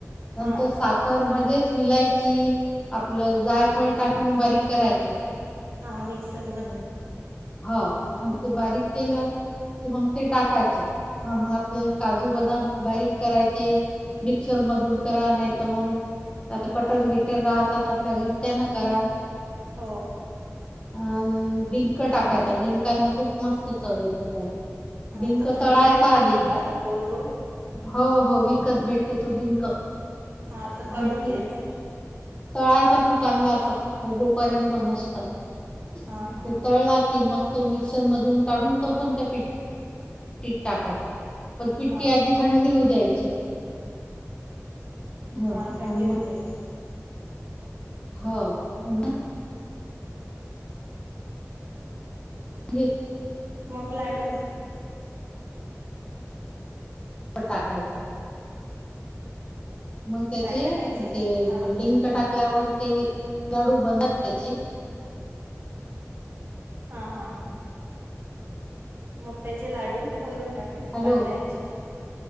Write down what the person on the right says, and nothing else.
हा
हा मिक्सर मधून
हो
हा
तो खायचा
डिंक
का तो गोल गोल
हा
तो तळून
घ्यायचा?
हा हा
हा
हा थंडी
होऊ द्यायची.
मग लाडू
काय टाकायचे
आवाज
हा हा. मग त्याचे लाडू करून टाकायचे.
बांधायचे